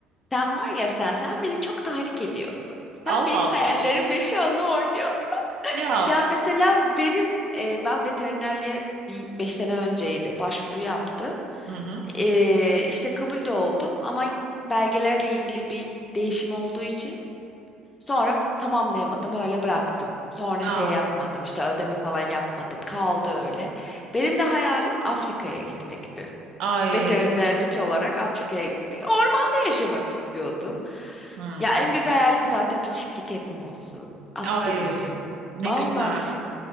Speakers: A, on the left; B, on the right.
A: sen var ya sen, sen beni çok tahrik ediyorsun. Sen
B: Allah
A: benim hayallerimle
B: Allah.
A: şu anda oynuyorsun.
B: Ya.
A: Ya mesela benim, e, ben veterinerliğe bir beş sene önceydi başvuru yaptım.
B: Hı hı.
A: E, işte kabul de oldum ama belgelerle ilgili bir değişim olduğu için sonra tamamlayamadım öyle bıraktım. Sonra şey
B: Aa,
A: yapmadım işte ödeme falan yapmadım kaldı öyle. Benim de hayalim Afrika'ya gitmekti.
B: ay,
A: veterinerlik olarak Afrika'ya gitmek. Ormanda yaşamak istiyordum.
B: hı,
A: Ya en büyük hayalim zaten bir çiftlik evim olsun. At
B: ay,
A: bineyim.
B: ne
A: Valla.
B: güzel.